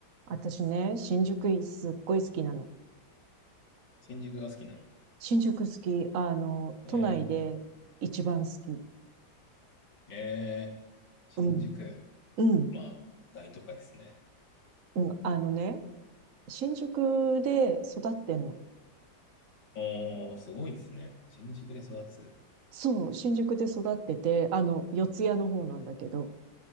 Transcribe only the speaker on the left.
新宿が好きなの。
え
ー、えー、新宿。
まあ、大都会ですね。
おー、すごいですね。新宿で育つ。